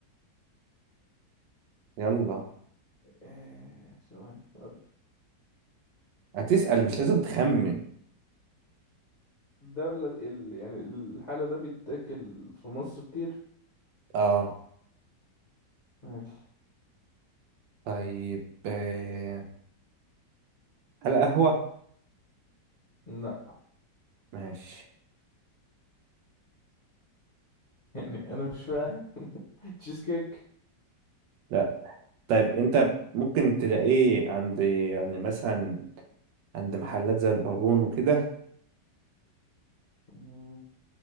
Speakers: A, on the right (about 80°); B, on the left (about 40°).
A: يلا
B: آه ثواني اقول
A: هتسأل مش لازم تخمن
B: الدولة ال... يعني الحالة ده بيتاكل في مصر كتير
A: اه
B: ماشي
A: طيب آه، هل قهوة؟
B: لا
A: ماشي
B: يعني انا مش فاهم <laughs> تشيز كيك
A: لا طيب انت ممكن تلاقيه عند يعني مثلا عند محلات زي البارون وكده
B: مم،